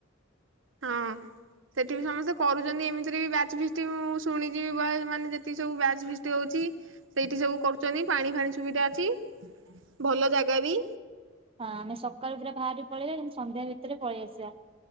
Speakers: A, on the right; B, on the right.
A: ହଁ। ସେଠି ବି ସମସ୍ତେ କରୁଛନ୍ତି। ଏମିତିରେ ବି ବ୍ୟାଚ୍ ଫିଷ୍ଟି ମୁଁ ଶୁଣିଛି ବ ମାନେ ଯେତିକି ସବୁ ବ୍ୟାଚ୍ ଫିଷ୍ଟି ହଉଛି। ସେଇଠି ସବୁ କରୁଛନ୍ତି। ପାଣି ଫାଣି ସୁବିଧା ଅଛି ଭଲ ଜାଗା ବି।
B: ହଁ ଆମେ ସକାଳୁ ପୁରା ବାହାରି ପଳେଇବା ସନ୍ଧ୍ୟା ଭିତରେ ପଳେଇ ଆସିବା।